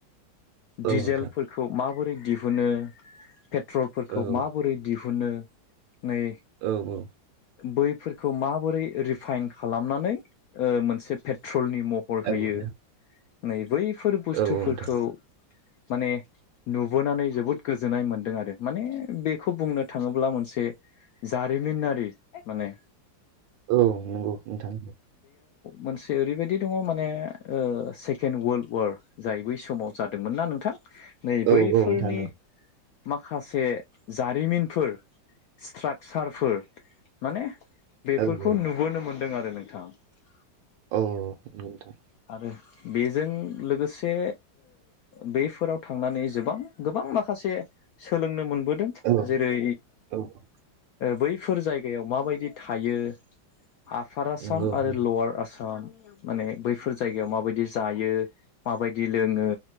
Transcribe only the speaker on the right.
औ नोंथां
औ
औ औ
नोंथां
औ औ नोंथां
औ नंगौ नोंथां
औ
औ नोंथां
नंगौ
औ नोंथां
औ
औ
नंगौ
नोंथां